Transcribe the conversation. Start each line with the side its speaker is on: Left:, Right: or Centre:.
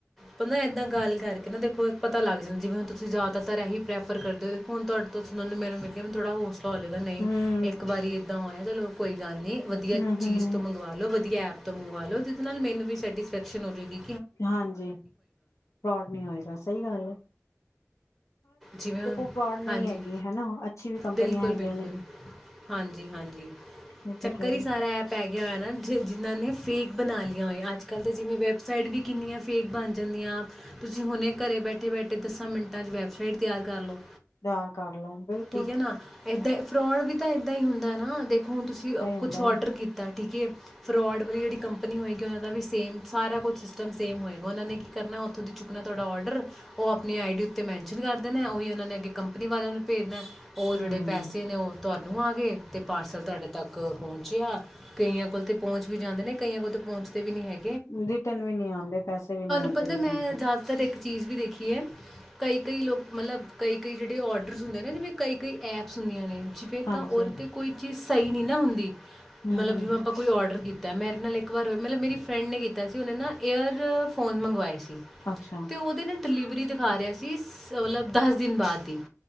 Centre: ਪਤਾਂ ਏਦਾਂ ਗੱਲ ਕਰਕੇ ਨਾ ਦੇੋ ਪਤਾ ਲੱਗਦਾ ਜਿਵੇਂ ਹੁਣ ਤੁਸੀ ਜ਼ਿਆਦਾਤਰ ਇਹੀ ਪ੍ਰੈਫਰ ਕਰਦੇ ਹੋਖੋ ਹੁਣ ਤੁਹਾਡੇ ਤੋਂ ਸੁਣਨ ਨੂੰ ਮਿਲ ਗਿਆ ਮੈ ਥੋੜਾ ਹੋ ਨਹੀਂ
Left: ਹੂੰ
Centre: ਇੱਕ ਵਾਰੀ ਦਾਂ ਹੋ ਚਲੋ ਕੋਈ ਗੱਲ ਨਹੀਂੀ ਵਧੀਆ
Left: ਹੂੰ
Centre: ਚੀਜ਼
Left: ਹੂੰ
Centre: ਤੋਂ ਮੰਗਵਾ ਲੋ ਵਧੀਆ <unintelligible> ਜਿਦੇ ਨਾਲ ਮੈਨੂੰ ਵੀ ਸੈਟਿਸਫੈਕਸ਼ਨ ਹੋ ਜਾਵੇਗੀ
Left: ਹਾਂਜੀ ਫਰੋਡ ਨੀ ਹੋਏਗਾ ਸਹੀ ਗੱਲ ਐ।
Centre: ਜਿਵੇਂ ਹੁਣ
Left: ਫਰੋਡ ਨਹੀਂ
Centre: ਹਾਂਜੀ,
Left: ਹੈਗੀ ਹਨਾ ਅੱਛੀ ਵੀ ਕੰਪਨੀਆਂ
Centre: ਬਿਲਕੁਲ
Left: ਹੈਗੀਆਂ
Centre: ਬਿਲਕੁਲ,
Left: ਨੇ
Centre: ਹਾਂਜੀ ਹਾਂਜੀ,
Left: ਮੈਂ ਤੇ
Centre: ਚੱਕਰ
Left: ਕਹਿ ਰਹੀ
Centre: ਹੀ ਸਾਰਾ ਐ ਪੈ ਗਿਆ ਹੋਇਆ ਨਾ ਜਿਨ੍ਹਾਂ ਨੇ- ਫੇਕ ਬਣਾ ਲੇ- ਆ ਹੋਈਆਂ, ਅੱਜ ਕੱਲ੍ਹ ਤੇ ਜਿਵੇਂ ਵੈਬਸਾਈਟ ਵੀ ਕਿੰਨੀਆਂ ਫੇਕ ਬਣ ਜਾਂਦੀਆਂ, ਤੁਸੀਂ ਹੁਣੇ ਘਰੇ ਬੈਠੇ ਬੈਠੇ- ਤੇ ਦਸਾਂ ਮਿੰਟਾਂ ਚ ਵੈਬਸਾਈਟ- ਤਿਆਰ ਕਰ ਲਓ।
Left: ਤਿਆਰ ਕਰ ਲਓ ਬਿਲਕੁਲ-
Centre: ਠੀਕ ਹੈ ਨਾ ਇਦਾਂ ਫਰਾਡ ਵੀ ਤਾਂ ਇਦਾਂ ਹੂ ਹੁੰਦਾ ਨਾ ਦੇਖੋ ਹੁਣ ਤੁਸੀਂ
Left: ਹੁੰਦਾ
Centre: ਕੁਛ ਔਡਰ
Left: ਹੈ
Centre: ਕੀਤਾ ਠੀਕ ਹੈ ਫਰੋਡ- ਉਹ ਵੀ ਜਿਹੜੀ ਕੰਪਨੀ ਹੋਏਗੀ ਉਹਨਾਂ ਦਾ ਵੀ ਸੇਮ ਸਾਰਾ ਕੁਛ ਸਿਸਟਮ ਸੇਮ ਹੋਏਗਾ, ਉਹਨਾਂ ਨੇ ਕੀ ਕਰਨਾ, ਉੱਥੋਂ ਦੀ ਚੁੱਕਣਾ ਤੁਹਾਡਾ ਔਡਰ ਉਹ ਆਪਣੀ ਆਈ ਡੀ ਉੱਤੇ ਮੈਨਸ਼ਨ ਕਰ- ਦੇਣਾ, ਉਹੀ ਉਹਨਾਂ ਨੇ ਅੱਗੇ ਕੰਪਨੀ ਵਾਲਿਆਂ ਨੂੰ ਭੇਜਦਾ- ਉਹ ਜਿਹੜੇ
Left: ਹਮ
Centre: ਪੈਸੇ ਨੇ ਉਹ- ਤੁਹਾਨੂੰ ਆ ਗਏ ਅਤੇ ਪਾਰਸਲ ਤੁਹਾਡੇ ਤੱਕ ਪਹੁੰਚਿਆ, ਕਈਆਂ ਕੋਲ ਤਾਂ ਪਹੁੰਚ ਵੀ ਜਾਂਦੇ ਨੇ ਕਈਆਂ ਕੋਲ ਤਾਂ ਪਹੁੰਚਦੇ ਵੀ ਨਹੀਂ ਹੈ-
Left: ਰਿਟਨ ਵੀ ਨੀ ਆਂਦੇ ਪੈਸੇ ਵੀ ਨੀ
Centre: ਪਤਾ
Left: ਰਿਟਨ-
Centre: ਮੈਂ ਜ਼ਿਆਦਾਤਰ ਇੱਕ ਚੀਜ਼ ਵੀ ਦੇਖੀ ਹੈ ਕਈ ਕਈ ਲੋਕ- ਮਤਲਬ ਕਈ ਕਈ ਜਿਹੜੇ ਔਡਰਸ ਹੁੰਦੇ ਨੇ ਜਿਵੇਂ ਕਈ ਕਈ ਐਪਸ ਹੁੰਦੀਆਂ ਨੇ- ਜਿਵੇਂ
Left: ਹਾਂਜੀ
Centre: ਤਾਂ ਔਰ ਤਾਂ ਕੋਈ ਚੀਸ- ਸਹੀ ਨਹੀਂ ਨਾ ਹੁੰਦੀ-
Left: ਹਮ
Centre: ਮਤਲਬ
Left: ਹਮ
Centre: ਆਪਾਂ ਕੋਈ ਔਡਰ ਕੀ- ਕੀਤਾ ਮੇਰੇ ਨਾਲ ਇੱਕ ਵਾਰ ਹੋਇਆ ਮਤਲਬ ਮੇਰੀ ਫਰੈਂਡ ਨੇ ਕੀਤਾ ਸੀ ਉਹਨੇ ਨਾ ਏਅਰ ਫੋਨ ਮੰਗਵਾਏ ਸੀ-
Left: ਅੱਛਾ।
Centre: ਤੇ ਉਹਦੇ ਨਾ ਡਿਲੀਵਰੀ ਦਿਖਾ ਰਿਹਾ ਸੀ ਮਤਲਬ ਦਸ ਦਿਨ ਬਾਅਦ ਦੀ-